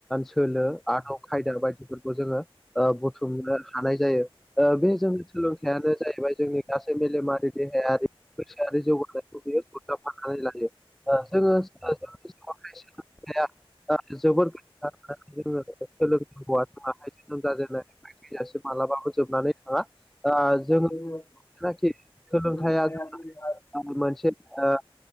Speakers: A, in the centre; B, on the left (about 20°).
A: सोलो आदब खायदा बायदिफोरखौ जोंङो ओ बुथुमनो हानाय जायो ओ बे जोंनि सोलोंथायाइआनो जाहैबाय जोंनि गासै मेलेमारि देहायारि गोसोआारि जौगानायखौ बियो सरजाबफाननानै लायो जोंङो <unintelligible> जोबोद जोंङो सोलोंनांगौआ जोनोम जाजेननाय थैजासिम मालाबाबो जोबनानै थाङा ओ जों जनाखि
B: जोङो
A: सोलोंथाइया
B: सोलोंथाया
A: जों
B: जोंहा
A: मोनसे ओ